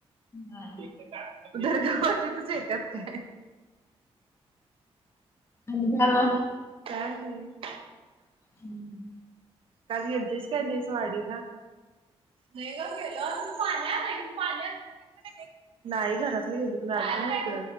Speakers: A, on the left (about 25°); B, on the right (about 60°).
A: हा
B: <unintelligible> ऐत्यात काय
A: आणि काय?
B: काय नाही.
A: हम्म
B: काल गेलतीस काय नाहीस वाडीला? नाही ग गेलो पाणी आलंय <unintelligible> नाही घरातली गेलतीत